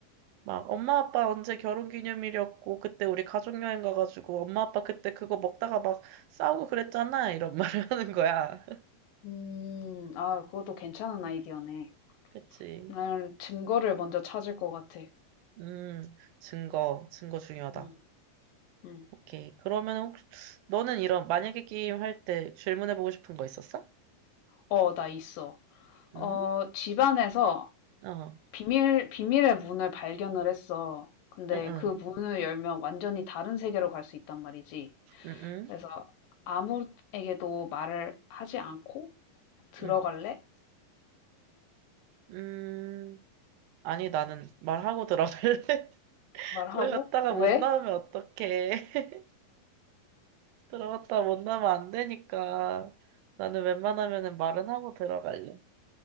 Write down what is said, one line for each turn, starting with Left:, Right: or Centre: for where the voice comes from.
Right: 막 엄마 아빠 언제 결혼기념일이었고 그때 우리 가족 여행 가가지고 엄마 아빠 그때 그거 먹다가 막 싸우고 그랬잖아 이런 말을 <laughs> 하는 거야. <laughs>
Left: 음, 아, 그것도 괜찮은 아이디어네.
Right: 그치?
Left: 난 증거를 먼저 찾을 것 같아.
Right: 음 증거 증거 중요하다.
Left: 음, 음.
Right: 오케이 그러면 혹시 너는 이런 만약에 게임 할 때 질문해보고 싶은 거 있었어?
Left: 어, 나 있어.
Right: 응?
Left: 어, 집안에서
Right: 어
Left: 비밀, 비밀의 문을 발견을 했어. 근데
Right: 응응
Left: 그 문을 열면 완전히 다른 세계로 갈 수 있단 말이지.
Right: 응응 응.
Left: 그래서 아무에게도 말을 하지 않고 들어갈래?
Right: 응, 응. 음 아니 나는 말하고 들어갈래. <laughs>
Left: 말하고
Right: 거기 갔다가
Left: 왜?
Right: 못 나오면 어떡해. <laughs> 들어갔다 못 나면 안 되니까 나는 웬만하면은 말은 하고 들어갈래.